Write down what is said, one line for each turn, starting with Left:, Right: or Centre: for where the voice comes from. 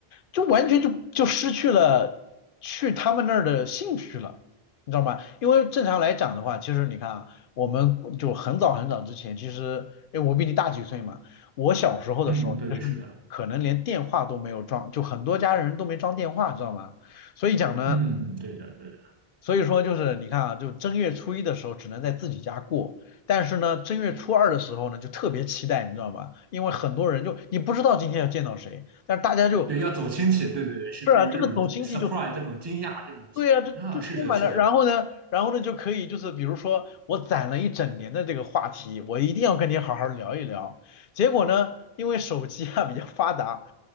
Left: 就完全就就失去了去他们那儿的兴趣了，你知道吗？因为正常来讲的话，其实你看啊，我们就很早很早之前，其实，哎，我比你大几岁嘛，我小时候的时候，
Right: 嗯，对对，
Left: 就是可能连电话都没有装，
Right: 是的。
Left: 就很多家人都没装电话，知道吗？所以讲呢。
Right: 嗯，嗯对的，对的，
Left: 所以说就是你看啊，就正月初一的时候只能在自己家过，但是呢，正月初二的时候呢，就特别期待，你知道吗？因为很多人就你不知道今天要见到谁，但是大家就
Right: 对，要走亲戚，对对对，是有这种
Left: 是啊，这个走亲戚就
Right: surprise，这种惊讶，这种
Left: 对啊，就就充满了，
Right: 啊，是的，是的，
Left: 然后呢，然后呢就可以就是比如说我攒了一整年的这个话题，我一定要跟你好好聊一聊。结果呢，因为手机啊比较发达，